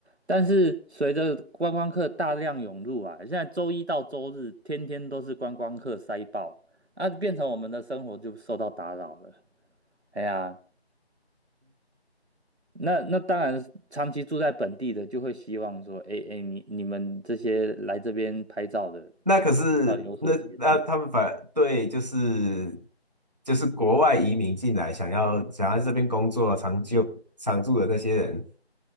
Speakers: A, on the right (about 75°); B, on the right (about 40°).
A: 但是随着观光客大量涌入啊，现在周一到周日天天都是观光客塞爆，啊，变成我们的生活就受到打扰了。哎呀。那那当然，长期住在本地的就会希望说，哎哎，你你们这些来这边拍照的
B: 那可是那那他们反对就是
A: 要有所节制。
B: 就是国外移民进来，想要想要这边工作长久常住的那些人，